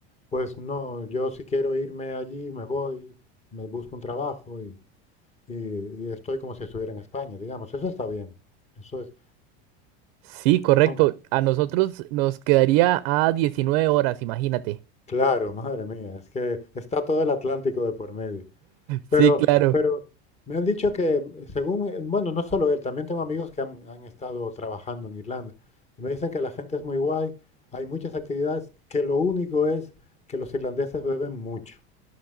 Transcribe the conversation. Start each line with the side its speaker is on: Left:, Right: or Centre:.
Left: pues no, yo si quiero irme allí, me voy, me busco un trabajo y, y- y estoy como si estuviera en España, digamos, eso está bien, eso es,
Right: Sí, correcto.
Left: no,
Right: A nosotros nos quedaría a 19 horas, imagínate.
Left: claro, madre mía, es que está todo el Atlántico de por medio. Pero,
Right: Sí, claro.
Left: pero me han dicho que, mm, según, eh, bueno, no solo él, también tengo amigos que han, han estado trabajando en Irlanda y me dicen que la gente es muy guay, hay muchas actividades, que lo único es que los irlandeses beben mucho.